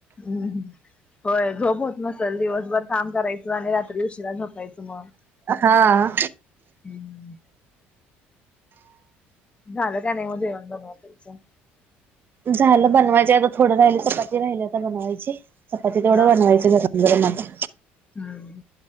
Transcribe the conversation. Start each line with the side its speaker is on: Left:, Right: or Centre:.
Left: हम्मं होय झोप होत नसलं दिवसभर कामं करायचं आणि रात्री उशिरा झोपांयचं मग.
Right: हा
Left: हम्म. झालं का नाहीं म जेवण बनऊन तुमचं?
Right: झालं बनवायचं आता थोडं राहिलं चपाती राहिली आता बनवायची चपाती तेवढं
Left: हा
Right: बनवायची गरम. गरमच.
Left: हम्म.